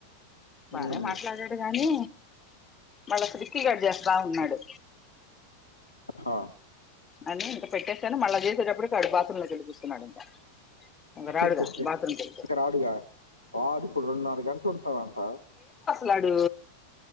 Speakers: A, on the left (about 20°); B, on the left (about 80°).
A: బాగానే
B: ఉమ్
A: మాట్లాడాడు గానీ మళ్ళా ఫ్రికిీ గడ చేస్తా ఉన్నాడు
B: హా
A: అని ఇంకా పెట్టేస్తాని మళ్ళా చేసేటప్పుడుకిడు బాత్ర లో కిలిపిస్తున్నాడు ఇంకా ఒకకా రాడుగా
B: ఇంక
A: బాత్రూమ్ తె
B: రాడుగా వాడు ఇప్పుడు రెండున్నర గంటలు ఉంటారంట
A: లాడు